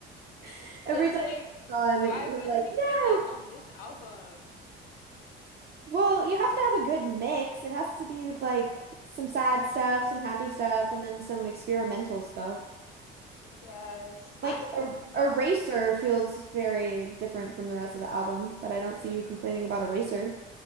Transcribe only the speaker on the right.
<laughs> Every
time
it comes
on,
you're
like,
no.
Well, you have to have a good mix. It has to be like some sad stuff, some happy stuff, and then some experimental stuff.
Like
Er-
Eraser feels very different from the rest of the album, but I don't see you complaining about Eraser.